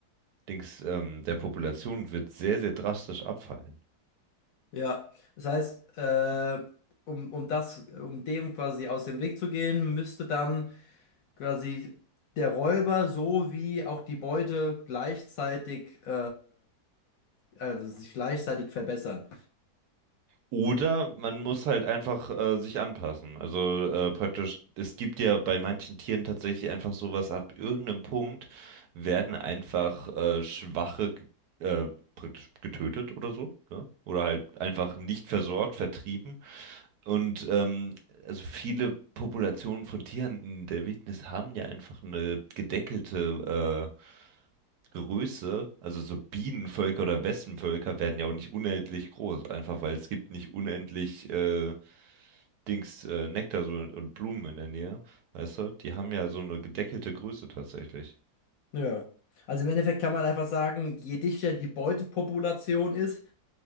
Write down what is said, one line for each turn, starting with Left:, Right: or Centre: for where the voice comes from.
Right: äh, Dings, ähm, der Population wird sehr, sehr drastisch abfallen.
Left: Ja, das heißt, äh, um, um das, um dem quasi aus dem Weg zu gehen, müsste dann quasi der Räuber sowie auch die Beute gleichzeitig äh, also sich gleichzeitig verbessern.
Right: Oder man muss halt einfach äh, sich anpassen. Also äh, praktisch, es gibt ja bei manchen Tieren tatsächlich einfach sowas, ab irgendeinem Punkt werden einfach äh, Schwache ge- äh, praktisch getötet oder so, ne? Oder halt einfach nicht versorgt, vertrieben. Und ähm, also viele Populationen von Tieren in der Wildnis haben ja einfach eine gedeckelte äh, Größe, also so Bienenvölker oder Wespenvölker werden ja auch nicht unendlich groß, einfach weil es gibt nicht unendlich äh, Dings, äh, Nektar so, und Blumen in der Nähe, weißt du? Die haben ja so eine gedeckelte Größe tatsächlich.
Left: Ja. Also im Endeffekt kann man einfach sagen, je dichter die Beutepopulation ist,